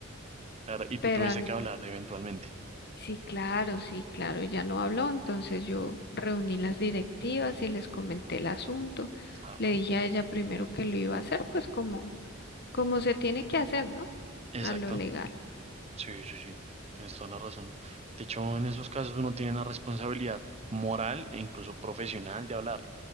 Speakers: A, on the right; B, on the left.
A: claro. Y tú
B: Pero
A: tuviste
B: n-
A: que hablar eventualmente.
B: sí, claro, sí, claro, ella no habló, entonces yo reuní las directivas y les comenté el asunto.
A: Claro.
B: Le dije a ella primero que lo iba a hacer, pues como, como se tiene que hacer, ¿no?
A: Exacto.
B: A lo legal.
A: Sí, sí, sí, tienes toda la razón. De hecho, en esos casos uno tiene la responsabilidad moral e incluso profesional de hablar,